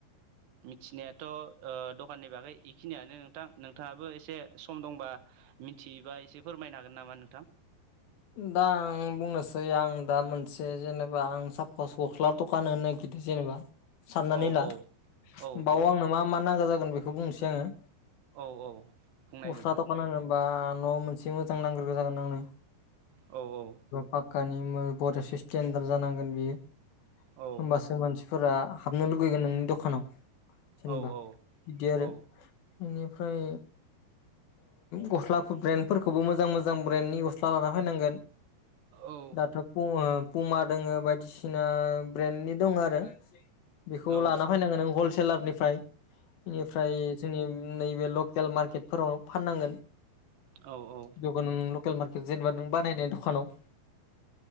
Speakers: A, on the right; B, on the left.
A: मिथिनायाथ' ओ दकाननि बागै इखिनियानो नोंथां नोंथाङाबो एसे सम दंबा मिथियोबा एसे फोरमायनो हागोन नामा नोंथां
B: दा आं बुंनोसै आं दा मोनसे जेनेबा आं सापस गस्ला दखान होनो नागिरदों जेनेबा साननानै
A: औ
B: ला
A: औ औ
B: बाव
A: औ
B: आंनो मा मा नांगौ जागोन बेखौ बुंनोसै आङो
A: औ औ बुंनाय
B: गस्ला
A: नोंथां
B: दखान बा न' मोनसे मोजां नांग्रोग्रो जागोन आंनो
A: औ औ
B: पाक्कानि बेराद स्टेन्डार जानांगोन बियो होमबासो
A: औ
B: होमबासो मानसिफोरा हाबनो लुगैगोन नोंनि दखानाव जेनेबा
A: औ
B: बिदि आरो
A: औ
B: बेनिफ्राय गस्ला ब्रेन्डफोरखौबो मोजां मोजां ब्रेन्डनि गस्ला लानानै नांगोन
A: औ
B: दाथ' पुमा दङ' बायदिसिना ब्रेन्डनि दङ' आरो बेखौ
A: औ
B: लाना फैनांगोन नों हलसेलारनिफ्राय बेनिफ्राय जोंनि नैबे लकेल मार्केटफोराव फाननांगोन
A: औ औ
B: दकानाव लकेल मार्केट जेनेबा नों बानायनाय दखानाव